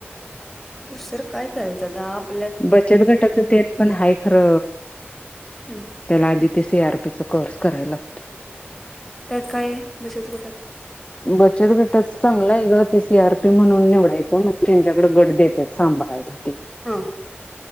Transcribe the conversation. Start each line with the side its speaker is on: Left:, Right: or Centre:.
Centre: दुसर काय करायच आता. आप
Left: बचत गटाच तेन पण आहे खर.
Centre: हम्म
Left: त्याला आधी ते सी आर पीचा कोर्स करायला लाव.
Centre: त्यात काय आहे. बचत गटात.
Left: बचत गटच चांगल आहे ग. ते सी आर पी म्हणून निवडायच. म्हणजे त्यांच्याकड गट देत्यात सांभाळायला ते.
Centre: हा